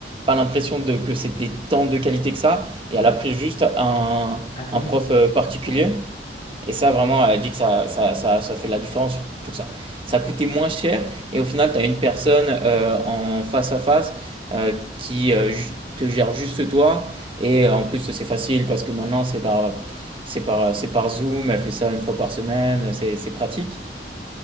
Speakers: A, on the right; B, on the left.
A: pas l'impression de, que c'était tant de qualité que ça. Et
B: Ouais,
A: elle a pris juste un,
B: un professeur.
A: un prof euh, particulier.
B: Ouais.
A: Et ça, vraiment, elle dit que ça, ça, ça, ça fait la différence sur tout ça. Ça coûtait moins cher et au final, tu as une personne euh, en face à face euh, qui euh, ju- te gère juste toi. Et euh, en plus, c'est facile parce que maintenant, c'est par, c'est par, c'est par Zoom. Elle fait ça une fois par semaine. C'est, c'est pratique.